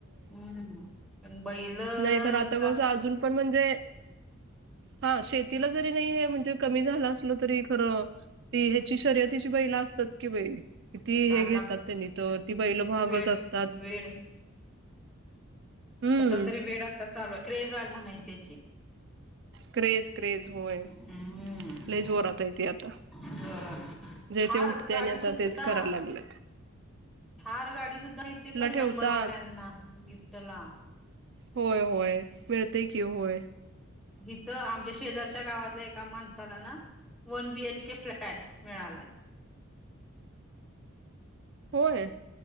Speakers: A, in the centre; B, on the right.
A: हम्म पण बैलचा
B: नाही खरं आता कसं अजून पण म्हणजे, हा शेतीला जरी नाही हे म्हणजे कमी झालं असल तरी खरं, ती हेची शर्यतीची बैलं असतात कि बाई, किती
A: त्यांना
B: हे घेतात त्यांनी तर, ती बैल महागच
A: वेड
B: असतात.
A: वेड
B: हम्म
A: त्याचा तरी वेड आता चालू आहे, क्रेज आहे म्हणायची त्याची
B: क्रेज, क्रेज होय
A: हम्म.
B: लई जोरात हाय ते आता.
A: जोरात
B: जे
A: थार
B: ते उठतयं
A: गाडी
B: आणि आता
A: सुद्धा
B: तेच कराय लागल्यात.
A: थार गाडी सुद्धा मिळते पहिल्या
B: ठेवतात
A: नंबरवाल्यांना गिफ्टला
B: होय, होय मिळतंय की होय.
A: हिथं आमच्या शेजारी त्या गावातल्या एका माणसाला ना वन बीएच के फ्लॅट मिळालाय.
B: होय.